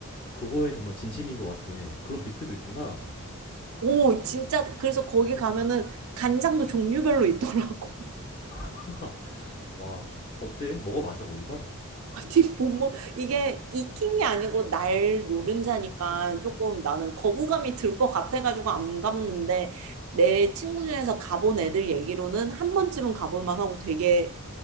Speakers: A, on the left; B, on the right.
A: 그거에 정말 진심인 것 같아. 그런 뷔페도 있구나.
B: 오, 진짜 그래서 거기 가면은 간장도 종류별로 있더라고.
A: <laughs> 와, 어때? 먹어봤어 거기서?
B: 아니 뭐뭐 이게 익힌 게 아니고 날 노른자니까 조금 나는 거부감이 들 것 같아가지고 안 갔는데 내 친구 중에서 가본 애들 얘기로는 한 번쯤은 가볼 만하고 되게